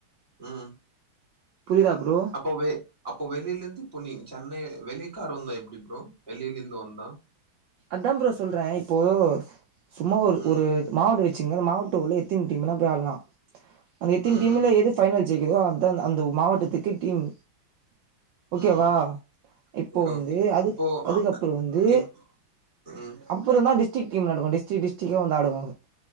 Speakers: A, on the right (about 30°); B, on the right (about 70°).
A: ம்
B: புரிதா ஃப்ரோ
A: அப்பவ அப்ப வெளிலந்து பொ நீ சென்னை வெளி காரு வந்தா எப்டி ஃப்ரோ வெளியில இருந்து வந்தா
B: அதா ஃப்ரோ சொல்ற இப்போ சும்மா ஒரு
A: ம்
B: ஒரு மாவட்டோ வச்சுங்க மாவட்ட உள்ள எத்தினி டீம் வேண போய்‌ ஆட்லா அந்த எத்தின்
A: ம்
B: டீம்ல எது ஃபைனல் ஜெயிக்குதோ அதா அந்த மாவட்டத்துக்கே டீம் ஓகேவா
A: ம் ம்
B: இப்போ
A: ஓகே
B: வந்து
A: ஓகே
B: அது
A: இப்போ
B: அதுக்கப்பறோ
A: அ,
B: வந்து
A: இப் ம்
B: அப்றோ தா டிஸ்டிக் டீம் வெளாடுவோ டிஸ்டிக்‌ டிஸ்டிகா ‌வந்து ஆடுவாங்க